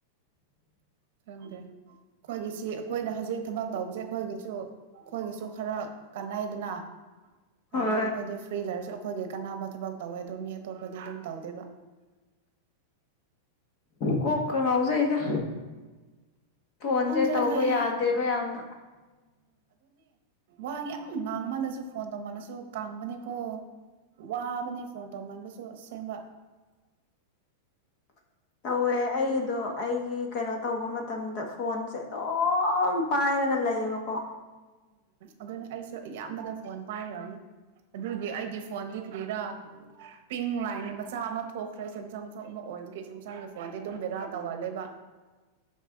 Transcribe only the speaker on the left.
ꯍꯣꯏ
ꯀꯣꯀ ꯂꯧꯎꯖꯏꯗ ꯐꯣꯟꯁꯦ
ꯇꯧꯕ
ꯌꯥꯗꯦꯕ ꯌꯥꯝꯅ
<inaudible> ꯇꯧꯋꯦ ꯑꯩꯗꯣ ꯑꯩꯒꯤ ꯀꯩꯅꯣ ꯇꯧꯕ ꯃꯇꯝꯗ ꯐꯣꯟꯁꯦ ꯑꯗꯨꯝ ꯄꯥꯏꯔꯒ ꯂꯩꯌꯦꯕꯀꯣ
<inaudible>